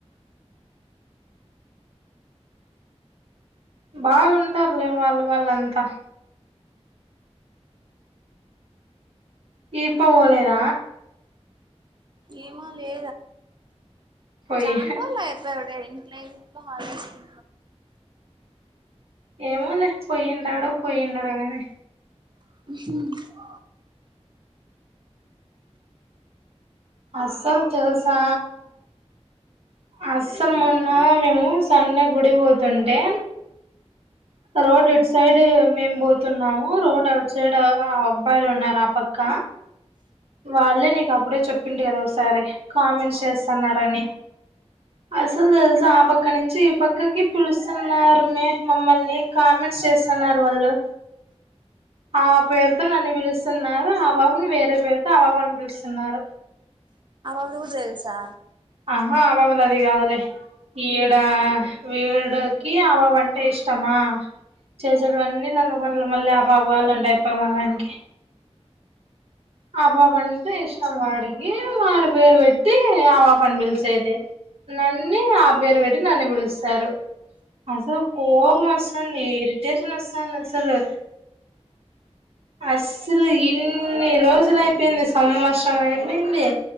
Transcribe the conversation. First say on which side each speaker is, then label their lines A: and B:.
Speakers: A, on the right (about 60°); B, on the right (about 40°).
A: బాగుంటారులే వాళ్ళు వాళ్ళంతా దీపు పోలేదా
B: ఏమో లే
A: పోయి
B: చాలారోజులు అయింది అప్పుడే ఇంట్లో ఇంట్లో హాలిడేస్ కి
A: ఏమోలే పోయించోటు పోయి ఉండటం కానీ
B: <unintelligible>
A: అస్సలు తెలుసా అస్సలు మొన్న మేము సండే గుడికి పోతుంటే రోడ్ ఇటు సైడ్ మేము పోతున్నాము రోడ్ అటు సైడ్ అబ్బాయిలు ఉన్నారు ఆ పక్క వాళ్ళే నీకు అప్పుడే చెప్పింటి కదా ఒకసారి కామెంట్స్ చేస్తున్నారని అసలు తెలుస ఆ పక్క నుంచి ఈ పక్కకి పిలుస్తున్నారు మె మమ్మల్ని కామెంట్స్ చేస్తున్నారు వాళ్ళు ఆ పేరుతో నన్ను పిలుస్తున్నారు ఆ బాబుని వేరే పేరుతో ఆ బాబుని పిలుస్తున్నారు
B: ఎవరు తెల్సా
A: ఆహా ఆ బాబుది అది కాదే ఈడా వీడికి ఆ పాపంటే ఇష్టమా చేసెటివన్నీ లంగ పనులు మళ్ళీ ఆ పాప కావాలంటే ఎట్లా మగానికి ఆ పాపంటే ఇష్టం వాడికి వాడి పేరు పెట్టి ఆ పాపనీ పిలిచేది నన్ని ఆ పేరు పెట్టి నన్ను పిలుస్తారు అసలు కోపమ్ వస్తుంది ఇరిటేషన్ వస్తుంది అసలు అసలు ఎన్ని రోజులు సంవత్సరం అయిపోయింది